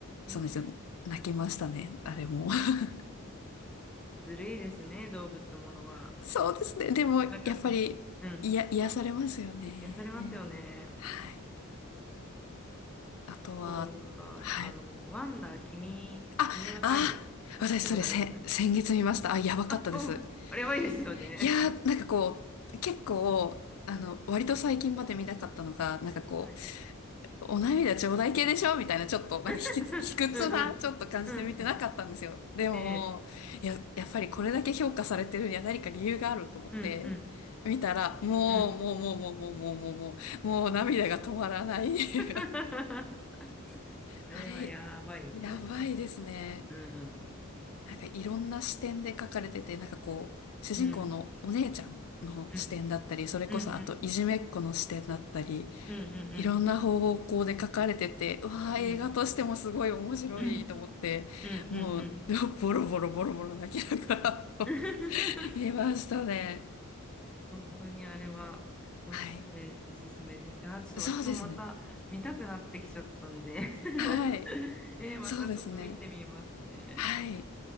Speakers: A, in the centre; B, on the left.
A: ええ
B: その人泣きましたね。あれも。<laughs>
A: ずるいですね、動物ものは。
B: そうですね。でも、
A: 任せに。
B: やっぱり、
A: うん。
B: いや、癒されますよね。
A: 癒されますよね。
B: はい。あとは、
A: そうは、
B: はい。
A: あの、ワンダー、君、
B: あ、
A: 君は太陽。
B: あ、私それせ、
A: 見たことあります
B: 先月見ました。あ、やばかったです。
A: あ、おう、あれやばいですよね。
B: いやー、なんかこう、結構、あの、
A: <laughs> はい。
B: 割と最近まで見なかったのが、なんかこ
A: はい。
B: う、お涙頂戴系でしょみたいな、ちょっと、なんか卑屈、
A: <laughs>
B: 卑屈な、
A: うんうん。
B: ちょっと感じで見てなかったんですよ。
A: うんうん。
B: でも、
A: ええ。
B: いや、やっぱりこれだけ評価されてるには何か理由があると思って、
A: うんうん
B: 見たら、もう、
A: うん。
B: もう、もう、もう、もう、もう、もう、もう、もう涙が止まらない。<laughs>
A: <laughs> あれはやばいですよね。
B: あれ、やばいですね。
A: うんうん。
B: なんかいろんな視点で書かれてて、なんかこう、主人公のお姉ちゃんの視点だったり、
A: うんうん。
B: それこそあといじめっ子の視点だったり、
A: うんうんうんう
B: いろんな方向で書かれてて、うわー映画としてもすごい面白いと思って、
A: んうんうんうんうんうんうんうん。
B: もう、<laughs> ボロボロボロボロ泣きながら <laughs>
A: <laughs>
B: 見ましたね。
A: いや本当にあれはおすすめ、
B: はい。
A: おすすめです。あー、ちょっと私もまた見たくなってきちゃったんで
B: そうですね。
A: <laughs>
B: はい。
A: えーまたちょっと見てみますね。
B: そうですね。はい。